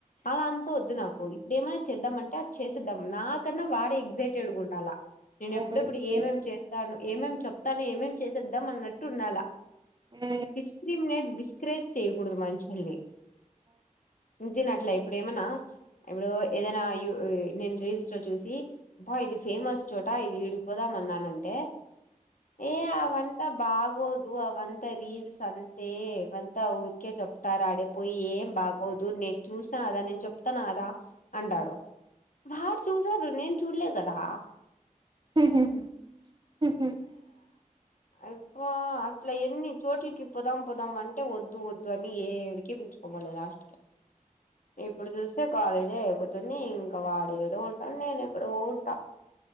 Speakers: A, on the left; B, on the right.
A: అలా అనుకోవద్దు నాకు ఏమైన్నా చేద్దామంటే అది చేసేద్దాం నాకన్నా వాడే ఎగ్జైటెడ్ గా ఉండాలా నేను
B: ఓకే.
A: ఎప్పుడెప్పుడు ఏమేమి చేస్తాను ఏమేమి చెప్తాను ఏమేం చేసేద్దాం అన్నట్టు ఉండాలా
B: ఎ
A: ప్రతి మినిట్ డిస్కరేజ్ చేయకూడదు మనుషుల్ని ఇంతనిట్ల ఇప్పుడేమన్నా ఇప్పుడు ఏదైనా యు నేను రీల్స్లో చూసి అబ్బ ఇది ఫేమస్ చోట ఇది విడిపోదామన్నానంటే ఏ అవంతా బాగోదు అవంతా రీల్స్ అంతే ఇవంతా ఊర్కే చెప్ప తారు ఆడిపోయి ఏం బాగోదు నేను చూసిన కదా నేను చెప్తాను కదా అంటడు వాడు చూసాడు నేను చూడలే కదా
B: హ
A: ఇప్పు అట్లా ఎన్ని చోట్లకి పోదాం పోదామంటే వద్దు వద్దు వద్దు అని ఏ ఏడికి పిలుచుకుపోల లాస్ట్ కి ఇప్పుడు చూస్తే కాలేజే అయిపోతుంది ఇంకా వాడేడో ఉంటాడు నేను ఎక్కడో ఉంటా